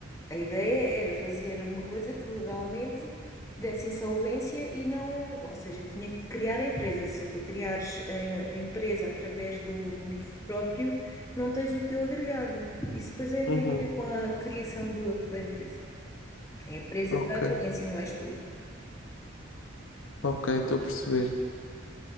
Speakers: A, on the left; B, on the left.
A: A ideia era fazer uma coisa que legalmente desse insolvência e não, ou seja, tinha que criar a empresa. Se tu criares a, a empresa através do NIF próprio, não tens o teu agregado. Isso depois é, tem
B: Uhum.
A: a ver com a criação do- da empresa. É a presa
B: Ok,
A: da falência, não és tu.
B: ok, estou a perceber.